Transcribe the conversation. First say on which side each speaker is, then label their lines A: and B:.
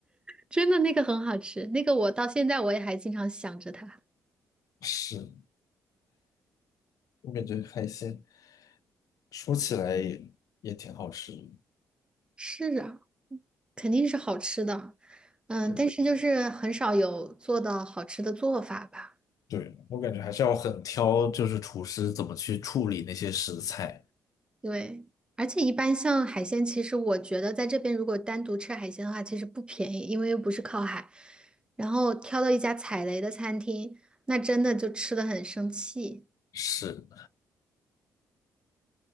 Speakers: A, on the right (about 15°); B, on the left (about 70°).
A: 真的那个很好吃，那个我到现在我也还经常想着它。
B: 是，我感觉海鲜说起来也也挺好吃的，
A: 是啊，肯定是好吃的，嗯，
B: 对
A: 但是就是很少有做到好吃的做法吧。
B: 对，我感觉还是要很挑，就是厨师怎么去处理那些食材。
A: 对，而且一般像海鲜，其实我觉得在这边如果单独吃海鲜的话，其实不便宜，因为又不是靠海。然后挑到一家踩雷的餐厅，那真的就吃的很生气。
B: 是，